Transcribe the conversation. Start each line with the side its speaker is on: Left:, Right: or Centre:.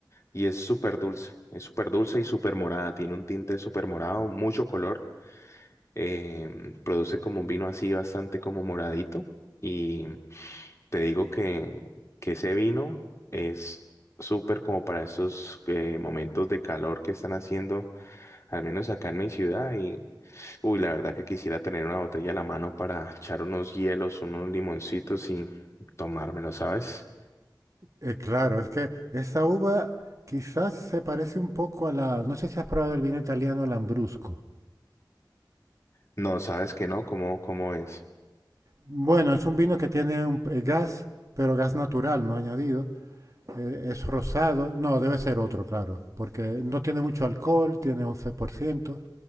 Left: Y es súper dulce, es súper dulce y súper morada, tiene un tinte súper morado, mucho color, em, produce como un vino así bastante como moradito y te digo que, que ese vino es súper como para esos eh, momentos de calor que están haciendo, al menos acá en mi ciudad y uy, la verdad que quisiera tener una botella a la mano para echar unos hielos, unos limoncitos y tomármelo, ¿sabes?
Right: Eh, claro, es que esa uva quizás se parece un poco a la... No sé si has probado el vino italiano, el Ambrusco.
Left: No, sabes que no, ¿cómo, cómo es?
Right: Bueno, es un vino que tiene un, eh, gas, pero gas natural, no añadido. Eh, es rosado. No, debe ser otro, claro, porque no tiene mucho alcohol, tiene 11%,